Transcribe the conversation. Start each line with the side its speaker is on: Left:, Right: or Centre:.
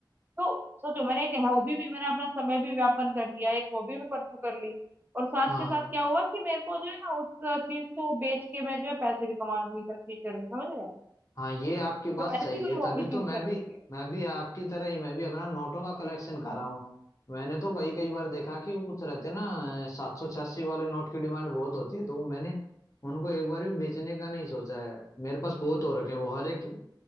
Right: तो सोचो मैंने एक हॉबी भी मैंने अपना समय भी व्यापन कर लिया एक हॉबी भी परसू कर ली और साथ
Left: हाँ
Right: के साथ क्या हुआ कि मेरे को जो है ना उस चीज को बेच के मैं जो है पैसे भी कमा लूंगी फ्यूचर में समझ रहे हैं
Left: हाँ ये आपकी
Right: तो
Left: बात
Right: ऐसी
Left: सही
Right: कोई
Left: है
Right: हॉबी
Left: तभी
Right: चूज
Left: तो मैं
Right: करना
Left: भी
Right: चाहिए
Left: मैं भी आपकी तरह ही मैं भी अपना नोटों का कलेक्शन कर रहा हूँ मैंने तो कई कई बार देखा कि वो कुछ रहते हैं ना सात सौ छियासी वाले नोट की डिमांड बहुत होती है तो मैंने उनको एक बार भी बेचने का नहीं सोचा है मेरे पास बहुत हो रखे हैं वो हर एक